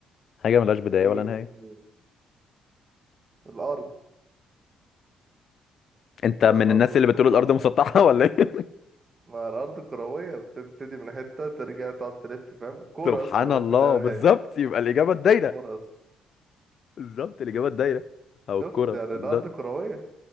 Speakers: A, on the left (about 55°); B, on the right (about 35°).
A: حاجة ملهاش بداية
B: مم.
A: ولا نهاية
B: الأرض
A: انت من
B: لا الأرض
A: الناس
B: مسطحة
A: اللي بتقول الأرض مسطحة ولا ايه
B: ما الأرض كروية بتبتدي من حتة ترجع تقعد تلف فاهم
A: <laughs>
B: الكورة
A: سبحان
B: يا اسطى ملهاش
A: الله
B: بداية ونهاية
A: بالظبط يبقى الإجابة الدايرة
B: الكورة يا اسطى
A: بالظبط الإجابة الدايرة أو الكرة
B: شفت يعني
A: بالظبط
B: الأرض كروية